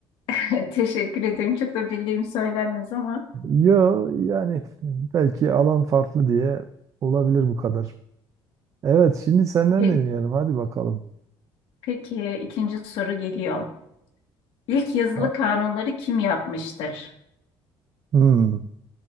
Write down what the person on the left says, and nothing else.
<laughs> Teşekkür ederim. Çok da bildiğim söylenmez ama.
Peki,
peki ikinci soru geliyor. İlk yazılı
kanunları kim yapmıştır?